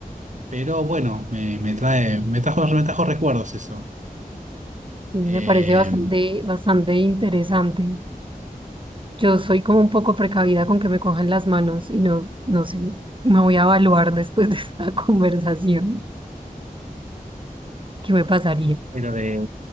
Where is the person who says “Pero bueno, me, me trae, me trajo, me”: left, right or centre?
Right